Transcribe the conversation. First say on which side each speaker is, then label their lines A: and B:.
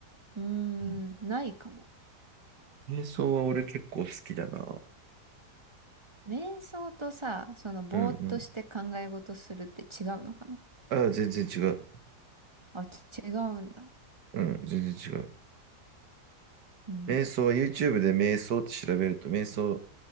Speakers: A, on the right (about 20°); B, on the right (about 80°).
A: うーん、
B: うん。
A: ないかも。
B: 瞑想は俺結構好きだな。
A: 瞑想とさ、そのぼーっとして考え事するって違うのかな
B: うんうん。ああ、全然違う。
A: あ、ち違うんだ。
B: うん、全然違う。
A: うー
B: 瞑想は YouTube で瞑想って調べると、
A: ん。
B: 瞑想、